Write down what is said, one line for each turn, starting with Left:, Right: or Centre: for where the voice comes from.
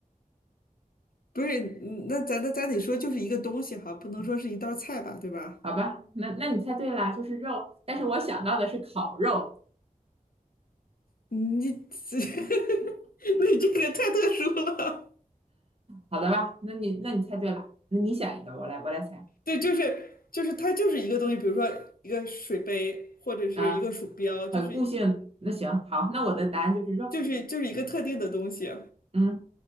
Left: 不是，嗯那咱那咱得说就是一个东西哈，不能说是一道菜吧，对吧？
Right: <laughs> 好吧，那那你猜对啦，就是肉，但是我想到的是烤肉，
Left: 你 <laughs> 你这个太特殊了。
Right: 好的吧，那你那你猜对了，那你想一个，我来我来猜。
Left: 对，就是就是它就是一个东西，比如说一个水杯或者是一个鼠标，
Right: 啊，
Left: 就是
Right: 很固性。那行，好，那我的答案就是肉。
Left: 就是就是一个特定的东西。
Right: 嗯，